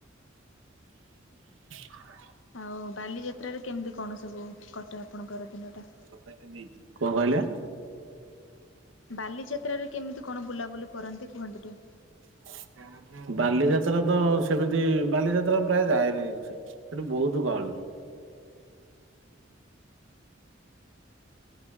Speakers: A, on the right; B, on the left.
A: <unintelligible>
B: ଆଉ ବାଲିଯାତ୍ର ରେ କେମିତି କଣ ସବୁ କଟେ ଆପଣଙ୍କର ଦିନ ଟା?
A: କଣ କହିଲେ?
B: ବାଲିଯାତ୍ରାରେ କେମିତି କଣ ବୁଲାବୁଲି କରନ୍ତି କୁହନ୍ତି ଟିକେ?
A: <unintelligible> ବାଲିଯାତ୍ରା ତ ସେମିତି ବାଲିଯାତ୍ରା ପ୍ରାୟ ଯାଏନି ସେଠି ବହୁତ ଗହଳି।